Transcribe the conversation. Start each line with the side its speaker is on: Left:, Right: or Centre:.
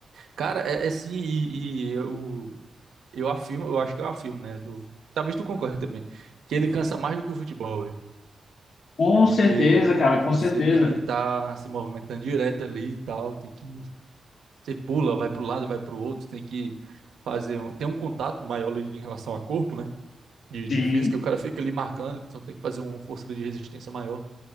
Right: Cara, é, é assim, e, e eu, eu afirmo, eu acho que eu afirmo, né? Tu- talvez tu concorde também, que ele cansa mais do que o futebol,
Left: Com
Right: porque
Left: certeza, cara,
Right: você
Left: com certeza.
Right: tem que estar se movimentando direto ali e tal, tem que você pula, vai para um lado, vai para o outro, tem que fazer um, tem um contato maior ali em relação a corpo, né? De, de
Left: Sim.
Right: física, o cara fica ali marcando, então tem que fazer uma força ali de resistência maior.